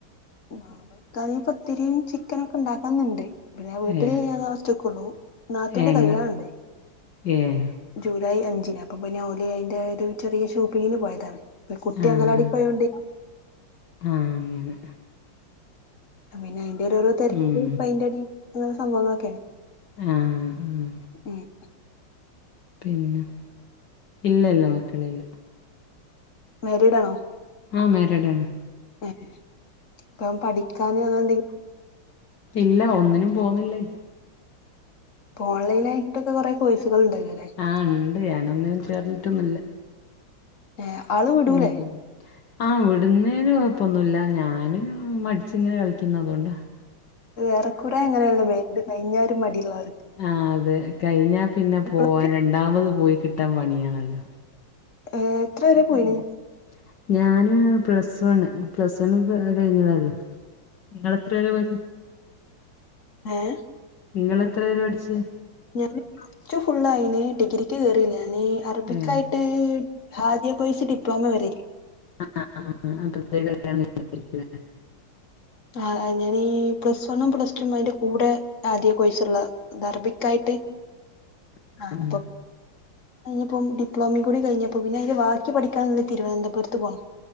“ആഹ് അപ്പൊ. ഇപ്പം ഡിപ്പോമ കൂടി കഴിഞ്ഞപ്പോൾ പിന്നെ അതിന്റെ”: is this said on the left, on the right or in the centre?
Left